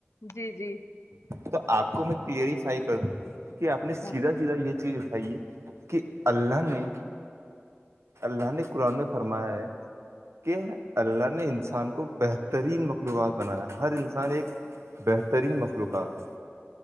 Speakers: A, on the left; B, on the right.
A: جی جی
B: تو آپ کو میں کلیریفائی کر دوں کہ آپ نے سیدھا
A: ہاں
B: سیدھا یہ چیز اٹھائی ہے کہ اللہ نے اللہ نے قرآن میں فرمایا ہے کہ اللہ نے انسان کو بہترین مخلوبات بنایا ہر انسان ایک بہترین مخلوقات ہے